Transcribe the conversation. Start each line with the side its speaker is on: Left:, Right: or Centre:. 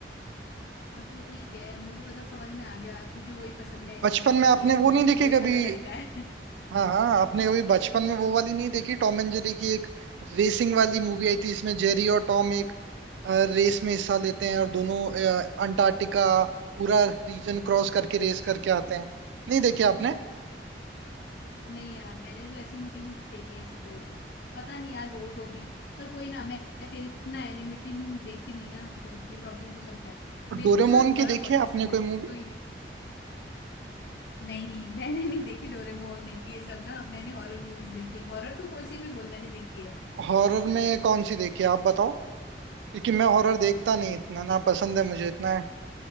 Left: हाँ तो ठीक है मुझे मतलब समझ में आ गया तुझे वही पसंद है एनिमेशन
Right: बचपन में आपने
Left: ये
Right: वो
Left: वो
Right: नहीं देखे
Left: तू वही
Right: कभी
Left: वाला लड़का है
Right: हाँ हाँ आपने कभी बचपन में वो वाली नहीं देखी टॉम एंड जेरी की एक रेसिंग वाली मूवी आई थी इसमें जेरी और टॉम एक रेस में हिस्सा लेते हैं और दोनों अ, अंटार्कटिका पूरा रीजन क्रॉस करके रेस करके आते हैं नहीं देखी आपने
Left: नहीं यार मैंने तो ऐसी मूवी नहीं देखी ऐसी कोई भी पता नहीं यार हो तो भी पर कोई ना मैं तेरे इतना एनिमेटेड देखती नहीं ना तो ये प्रॉब्लम हो सकता है मेरे
Right: डोरेमोन
Left: को ना
Right: की
Left: हॉरर
Right: देखी
Left: बहुत
Right: है आपने
Left: पसंद
Right: कोई
Left: है
Right: मूवी
Left: तो ये- नहीं <laughs> मैंने नहीं देखी डोरेमोन ने ये सब ना मैंने हॉरर मूवीज देखी है हॉरर तो कोई सी भी बोल मैंने देखी है
Right: हॉरर में कौन सी देखी है आप बताओ क्योंकि मैं हॉरर देखता नहीं इतना ना पसंद है मुझे इतना